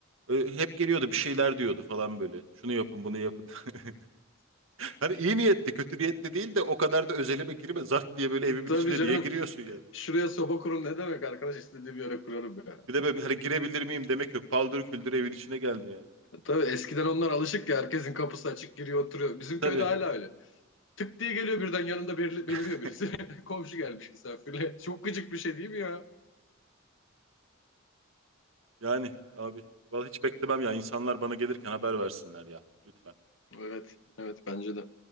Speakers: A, on the right; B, on the left.
A: Ö- Hep geliyordu bir şeyler diyordu falan böyle. Şunu yapın bunu yapın. <laughs> Hani iyi niyetli, kötü niyetli değil de o kadar da özelime girme. Zart diye böyle evimin
B: Tabii
A: içine
B: canım.
A: niye giriyorsun yani?
B: Şuraya soba kurun ne demek arkadaş istediğim yere kurarım ya.
A: Bir de böyle hani girebilir miyim demek yok. Paldır küldür evin içine geldi yani.
B: Tabii eskiden onlar alışık ya herkesin kapısı açık giriyor oturuyor. Bizim
A: Tabii
B: köyde hala öyle. Tık diye geliyor birden yanında belir- beliriyor
A: <laughs>
B: birisi. <laughs> Komşu gelmiş misafirle. Çok gıcık bir şey değil mi ya?
A: yani abi. Vallahi hiç beklemem ya. İnsanlar bana gelirken haber versinler ya. Lütfen.
B: Evet. Evet bence de.